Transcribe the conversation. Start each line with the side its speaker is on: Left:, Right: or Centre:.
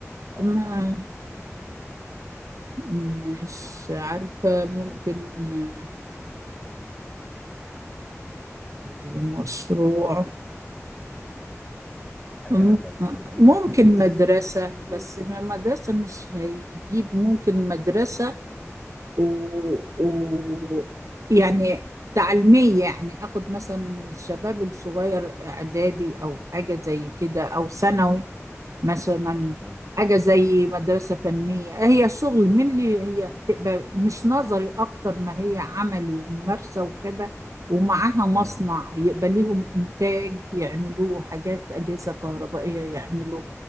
Left: اه
Right: ما مش عارفة ممكن آه، المشروع
Left: حاجة
Right: م-
Left: هت- هتكون بتجيب
Right: ممكن
Left: ربح كويس
Right: مدرسة
Left: و
Right: بس ما- مدرسة مش هيجيب ممكن مدرسة و... و... يعني تعليمية يعني أخد مثلا الشباب الصغير إعدادي أو حاجة زي كده أو ثانوي مثلا
Left: مم،
Right: حاجة زي مدرسة فنية هي شغل من اللي هي تبقى مش نظري أكتر ما هي عملي وممارسة وكده ومعاها مصنع
Left: تمام
Right: يبقى ليهم إنتاج يعملوه حاجات أجهزة كهربائية يعملوه